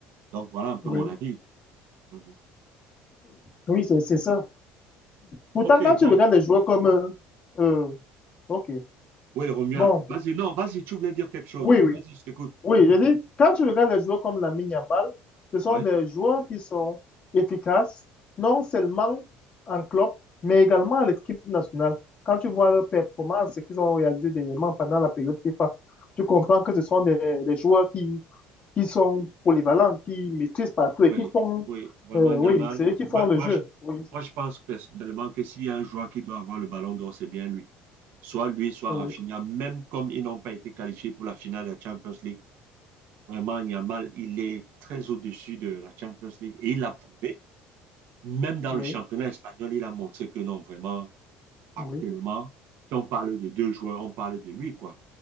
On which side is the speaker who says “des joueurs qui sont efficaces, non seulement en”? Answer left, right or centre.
Left